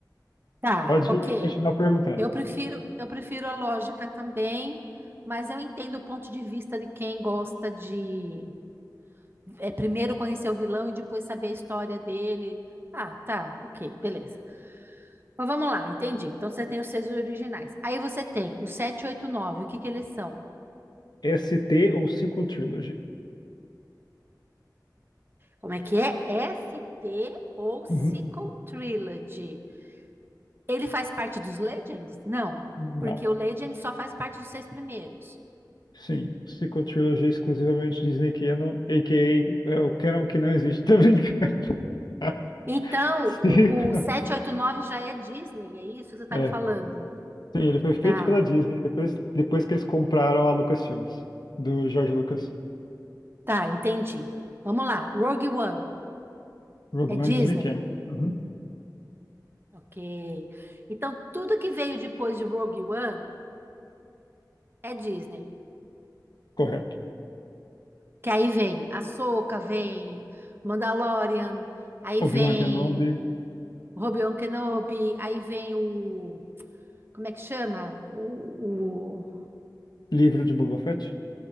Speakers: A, on the right (about 30°); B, on the left (about 70°).
A: Tá,
B: pode
A: ok.
B: continuar perguntando.
A: Eu prefiro, eu prefiro a lógica também, mas eu entendo o ponto de vista de quem gosta de é, primeiro conhecer o vilão e depois saber a história dele. Ah, tá, ok, beleza. Mas vamos lá, entendi. Então você tem os seis originais. Aí você tem o nove. o que que eles são?
B: ST ou Sequel Trilogy?
A: Como é que é? ST ou Sequel
B: Uhum.
A: Trilogy. Ele faz parte dos Legends? Não,
B: Não.
A: porque o Legend só faz parte dos seis primeiros.
B: Sim, psicotrilogia exclusivamente Disney Canon, a.k.a. é o Canon que não existe. Tô brincando. <laughs>
A: Então,
B: Psico.
A: o, o sete, oito, nove já é Disney, é isso que você está
B: É,
A: me falando?
B: sim, ele foi feito
A: Tá,
B: pela Disney depois, depois que eles compraram a Lucasfilmes, do George Lucas.
A: tá, entendi. Vamos lá, Rogue One
B: Rogue
A: é
B: One
A: Disney?
B: Disney Canon. Uhum,
A: Ok. Então, tudo que veio depois de Rogue One é Disney.
B: correto.
A: Que aí vem Ahsoka, vem Mandalorian, aí
B: Obi-Wan
A: vem
B: Kenobi,
A: Obi-Wan Kenobi, aí vem o... Como é que chama? O... o,
B: livro de Boba Fett.